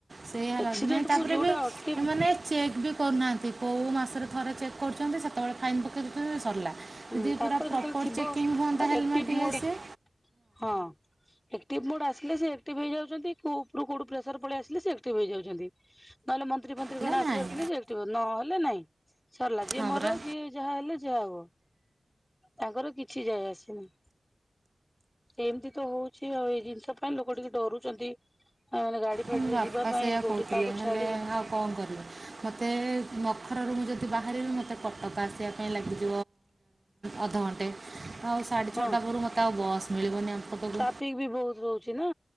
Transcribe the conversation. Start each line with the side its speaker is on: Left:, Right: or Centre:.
Right: ସେଇ ହେଲା
Centre: ଆକ୍ସିଡେଣ୍ଟ
Right: ନାଇଁ ତାପରେ
Centre: କୁ ଯୋଉଟା
Right: ବି
Centre: ଅଟକେଇ
Right: ଏମାନେ ଚେକ୍ ବି କରୁନାହାନ୍ତି। କୋଉ ମାସରେ ଥରେ ଚେକ୍ କରୁଛନ୍ତି ସେତେବେଳେ ଫାଇନ୍ ପକେଇ ଦଉଛନ୍ତି ସରିଲା ଯଦି
Centre: ହୁଁ ତାଙ୍କର
Right: ପୁରା
Centre: ଯେତେବେଳେ
Right: ପ୍ରପର୍
Centre: ଥିବ
Right: ଚେକିଂ ହୁଅନ୍ତା ହେଲମେଟ୍
Centre: ଏକ୍ଟିଭ
Right: ଇଏ
Centre: ମୁଡ।
Right: ସିଏ
Centre: ହଁ ଏକ୍ଟିଭ ମୁଡ ଆସ ସେ ଆକ୍ଟିଭ ହେଇଯାଉଛନ୍ତି। କୋଉ ଉପରୁ କୋଉଠୁ ପ୍ରେସର ପଳେଇ ଆସିଲେ ସେ ଆକ୍ଟିଭ ହେଇଯାଉଛନ୍ତି। ନହେଲେ ମନ୍ତ୍ରୀ ଫନ୍ତ୍ରୀ
Right: ହେଲେ
Centre: କଣ
Right: ନାହିଁ
Centre: ଆସିବାରଥିଲେ ଯେ ଏକଟିଭ ହଉଛନ୍ତି ନ ହେଲେ ନାଇଁ ସରିଲା ଯିଏ
Right: ହଁ
Centre: ମର
Right: ପରା
Centre: ଯିଏ ଯାହା ହେଲେ ଯାହା ହବ ତାଙ୍କର କିଛି ଯାଜ ଆସେ ନାହିଁ। ଏମିତି ତ ହଉଛି ଆଉ ଏଇ ଜିନିଷ ପାଇଁ ଲୋକ ଟିକେ ଡରୁଛନ୍ତି। ମାନେ ଗାଡି ଫାଡିରେ
Right: ମୋ ବାପା
Centre: ଯିବା ପାଇଁ
Right: ସେଇଆ
Centre: କୋଉଠି
Right: କହୁଥିଲେ
Centre: କାହାକୁ
Right: ହେଲେ
Centre: ଛାଡିବ
Right: ଆଉ କଣ କରିବି ମୋତେ ଘରରୁ ମୁଁ ଯଦି ବାହାରିବି ମୋତେ କଟକ ଆସିବା ପାଇଁ ଲାଗି - ଅଧ ଘଣ୍ଟେ ଆଉ ସାଢେ
Centre: ହଁ।
Right: ଛଅଟା ପୂରୁବରୁ ମୋତେ ଆଉ ବସ୍ ମିଳିବନି ଆମ କଟଟକୁ।
Centre: ଟ୍ରାଫିକ ବି ବହୁତ ରହୁଛି ନା